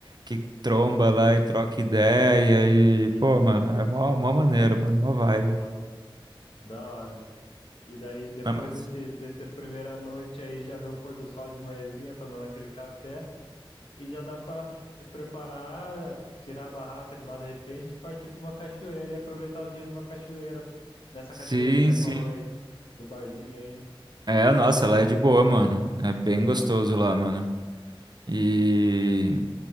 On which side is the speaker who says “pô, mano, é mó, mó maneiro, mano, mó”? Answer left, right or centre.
Right